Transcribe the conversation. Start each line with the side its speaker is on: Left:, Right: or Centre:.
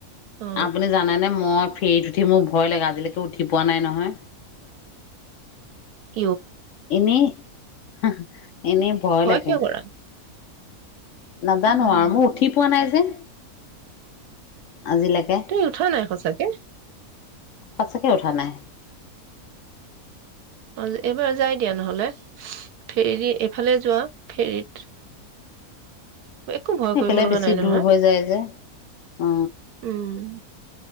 Right: অ
Left: আপুনি জানে নে মই ফেৰীত উঠি মোৰ ভয় লাগে, আজিলৈকে উঠি পোৱা নাই নহয়!
Right: অ।
Left: ইনেই। <unintelligible> এনেই ভয় লাগে।
Right: কিয় কৰা
Left: নাজানো
Right: উম
Left: আৰু ম উঠি পোৱা নাই যে। আজিলৈকে
Right: তুই উঠা নাই সঁচাকে?
Left: সঁচাকে উঠা নাই।
Right: অ' এইবাৰ যাই দিয়া নহ'লে! ফেৰী- এইফালে যোৱা ফেৰীত। একো ভয়
Left: সেইফালে
Right: কৰিব লগা
Left: বেছি
Right: নাই নহয়।
Left: দূৰ হৈ যায় যে অ
Right: উম।